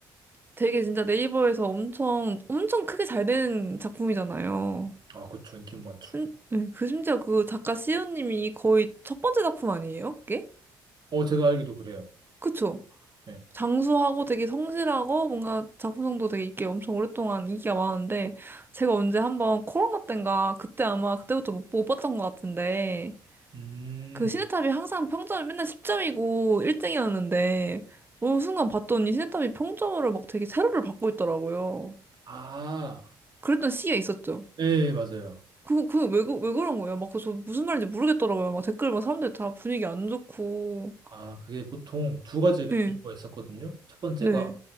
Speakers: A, on the right; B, on the right.
A: 되게 진짜 네이버에서 엄청 엄청 크게 잘 된 작품이잖아요.
B: 아, 그쵸. 인기 많죠.
A: 음, 네, 그 심지어 그 작가 시우님이 거의 첫 번째 작품 아니에요? 그게?
B: 어, 제가 알기도 그래요.
A: 그쵸?
B: 예.
A: 장수하고 되게 성실하고 뭔가 작품성도 되게 있게 엄청 오랫동안 인기가 많은데 제가 언제 한번 코로나 땐가 그때 아마 그때부터 못, 못 봤던 것 같은데
B: 음,
A: 그 시네탑이 항상 평점이 맨날 10점이고 1등이었는데 어느 순간 봤더니 시네탑이 평점으로 막 되게 세로를 받고 있더라고요.
B: 아,
A: 그랬던 시기가 있었죠.
B: 네 맞아요.
A: 그거 그거 왜, 그- 왜 그런 거예요? 막 그 저 무슨 말인지 모르겠더라고요. 막 댓글 막 사람들 다 분위기 안 좋고
B: 아, 그게 보통 두 가지가
A: 네,
B: 있었거든요. 첫 번째가,
A: 네,